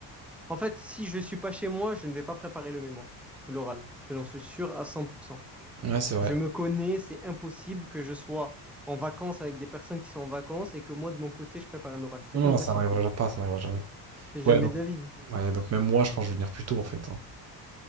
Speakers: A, in the centre; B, on the right.
A: En fait, si je suis pas chez moi, je ne vais pas préparer le mémoire, l'oral. J'en suis sûr à 100%.
B: Ouais, c'est vrai.
A: Je me connais, c'est impossible que je sois en vacances avec des personnes qui sont en vacances et que moi, de mon côté, je prépare un oral. C'est
B: Non, non,
A: impossible.
B: ça n'arrivera pas, ça n'arrivera jamais.
A: C'est Jamais
B: Ouais, donc,
A: de la vie.
B: ouais, donc même moi, je pense que je vais venir plus tôt, en fait. hein.